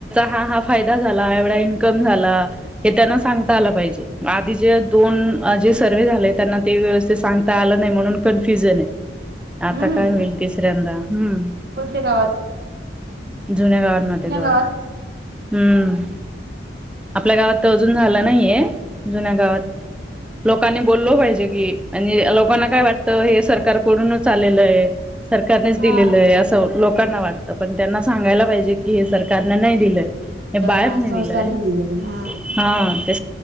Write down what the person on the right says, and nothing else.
हम्म
कोणत्या गावात
जुन्या
गावात
हा
हा संस्थानी
हा